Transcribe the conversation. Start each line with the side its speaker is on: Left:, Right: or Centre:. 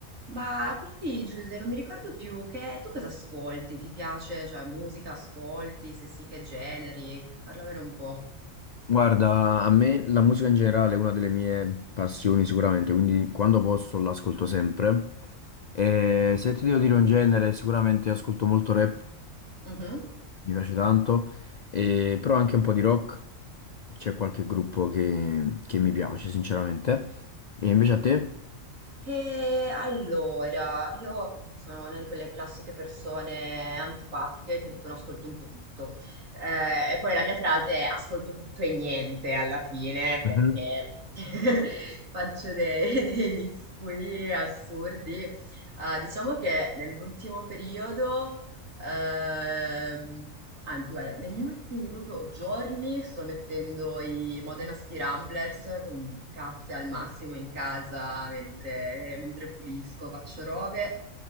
Right: Ma quindi Giuse, non mi ricordo più che tu cosa ascolti? Ti piace, cioè musica ascolti? Se sì, che generi? Parlamene un po'.
Left: Guarda, a me la musica in generale è una delle mie passioni sicuramente, quindi quando posso l'ascolto sempre. E se ti devo dire un genere, sicuramente ascolto molto rap,
Right: Mhm.
Left: mi piace tanto, e- però anche un po' di rock, c'è qualche gruppo che, che mi piace sinceramente. E invece a te?
Right: E allora, io sono una di quelle classiche persone antipatiche che dicono ascolto un po' tutto. Eh, e poi la mia frase è ascolto tutto e niente alla fine, perché
Left: Mhm.
Right: <laughs> faccio dei, dei miscugli assurdi. Ah, diciamo che nell'ultimo periodo, ehm, Anzi, guarda, negli ultimi proprio giorni sto mettendo i Modena City Ramblers, mm, casse al massimo in casa mentre, mentre pulisco, faccio robe.